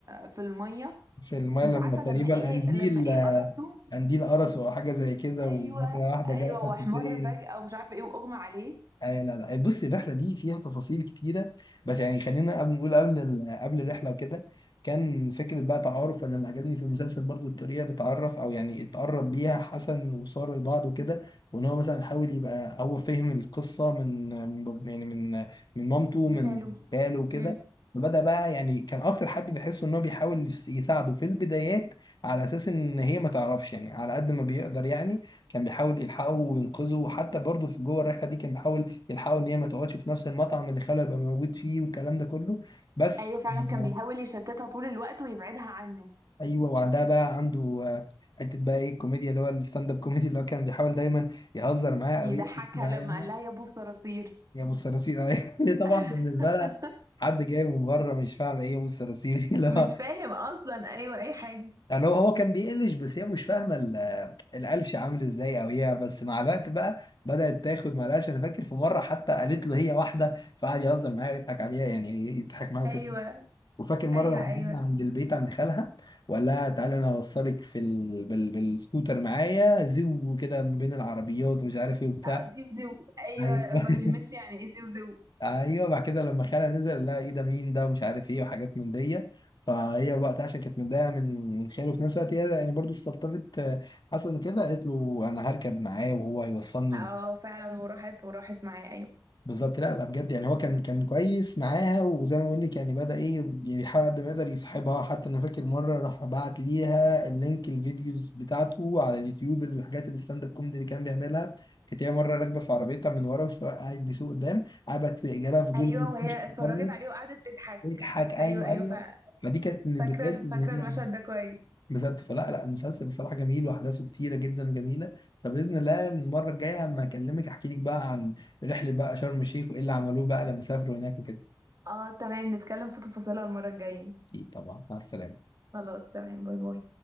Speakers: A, on the right; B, on the left.
A: في الميه
B: في الماء
A: مش
B: لما
A: عارفه
B: تقريبا
A: لما ايه
B: قنديل
A: لما ايه قرصه
B: قنديل قرصه أو حاجة زي كده ومرة
A: ايوه
B: واحدة جاله
A: ايوه
B: حساسية
A: واحمر فجاه ومش عارفه ايه واغمى عليه
B: اي لا لا بص الرحله دي فيها تفاصيل كتيره بس يعني خلينا قبل نقول قبل ال- قبل الرحله وكده كان فكره بقى تعارف انا اللي عجبني في المسلسل برضو الطريقه اللي اتعرف او يعني اتقرب بيها حسن وساره لبعض وكده وان هو مثلا حاول يبقى هو فهم القصه من من باب- يعني من من مامته
A: من
B: من
A: خاله
B: خاله وكده
A: مم.
B: فبدأ بقى يعني كان اكتر حد بيحس ان هو بيحاول يس- يساعده في البدايات على اساس ان هي ما تعرفش يعني على قد ما بيقدر يعني كان بيحاول يلحقه وينقذه وحتى برضه في جوه الرحله دي كان بيحاول يلحقوا ان هي ما تقعدش في نفس المطعم اللي خاله يبقى موجود فيه والكلام ده كله بس
A: ايوه فعلا كان
B: آه،
A: بيحاول يشتتها طول الوقت ويبعدها عنه
B: ايوه وعندها بقى عنده آه، حته بقى ايه الكوميديا اللي هو الستاند اب كوميدي اللي هو كان بيحاول دايما يهزر معاه
A: يضحكها
B: او يقف معانا
A: لما قال لها يا ابو الصراصير
B: يا ابو الصراصير <laughs> أيوة. هي طبعا
A: <laughs>
B: بالنسبه لها حد جاي من بره مش فاهم ايه يا ابو الصراصير دي <laughs> اللي هو
A: مش فاهم اصلا ايوه اي حاجه
B: يعني هو هو كان بيقلش بس هي مش فاهمه ال- القلش عامل ازاي او هي بس مع الوقت بقى بدات تاخد مع القلش انا فاكر في مره حتى قالت له هي واحده فقعد يهزر معايا ويضحك عليها يعني يضحك معاها
A: ايوه
B: وفاكر مره
A: ايوه
B: حبيبنا
A: ايوه
B: عند البيت عند خالها وقال لها تعالى انا هوصلك في ال... بال... بالسكوتر معايا زو كده ما بين العربيات ومش عارف ايه وبتاع
A: اه زيو زيو ايوه
B: ايوه <laughs>
A: ما فهمتش يعني ايه زيو زيو
B: ايوه بعد كده لما خالها نزل لا ايه ده مين ده ومش عارف ايه وحاجات من دي فهي وقتها عشان كانت متضايقه من من خاله وفي نفس الوقت هي يعني برضو استلطفت آه، حسن كده قالت له انا هركب معاه وهو هيوصلني
A: اه فعلا وراحت وراحت معاه ايوه
B: بالظبط لا لا بجد يعني هو كان كان كويس معاها وزي ما بقول لك يعني بدأ ايه يعني بيحاول قد ما يقدر يصاحبها حتى انا فاكر مره راح بعت ليها اللينك الفيديوز بتاعته على اليوتيوب الحاجات الستاند اب كوميدي اللي كان بيعملها كانت هي مره راكبه في عربيتها من ورا والسواق قاعد بيسوق قدام قعدت جالها فضول
A: ايوه وهي
B: تخش تتفرج
A: اتفرجت عليه وقعدت تضحك
B: تضحك ايوه
A: ايوه ايوه
B: ايوه
A: فعلا
B: فدي كانت من
A: فاكره
B: البدايات ان
A: فاكره
B: هي
A: المشهد ده كويس
B: بالظبط فلا لا مسلسل الصراحه جميل واحداثه كتيره جدا وجميله فباذن الله المره الجايه اما اكلمك احكي لك بقى عن رحله بقى شرم الشيخ وايه اللي عملوه بقى لما سافروا هناك وكده
A: اه تمام نتكلم في تفاصيلها المره الجايه
B: اكيد طبعا مع السلامه
A: خلاص تمام باي باي